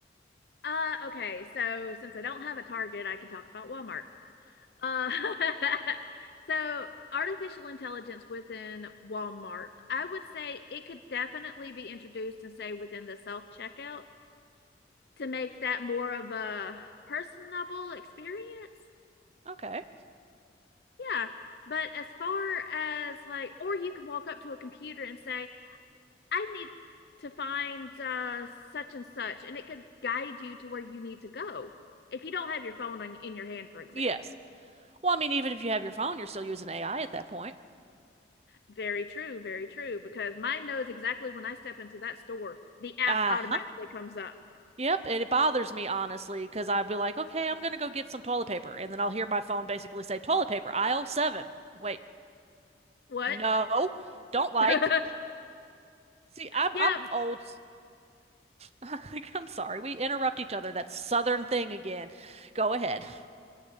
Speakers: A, on the left (about 60°); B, on the right (about 35°).
A: Uh, okay, so since I don't have a target, I can talk about Walmart. Uh, <laughs> so artificial intelligence within Walmart, I would say it could definitely be introduced and say within the self checkout to make that more of a personable experience.
B: Okay.
A: Yeah, but as far as like, or you could walk up to a computer and say, I need to find uh, such and such, and it could guide you to where you need to go if you don't have your phone on, in your hand, for example.
B: Yes. Well, I mean, even if you have your phone, you're still using AI at that point.
A: Very true, very true, because mine knows exactly when I step into that store, the app
B: Uh-huh.
A: automatically comes up.
B: Yep. And it bothers me, honestly, because I'd be like, okay, I'm going to go get some toilet paper. And then I'll hear my phone basically say, toilet paper, aisle seven. Wait,
A: What?
B: no, don't like.
A: <laughs>
B: See, I'm
A: yeah,
B: I'm old. <laughs> I'm sorry. We interrupt each other. That southern thing again. Go ahead. <laughs>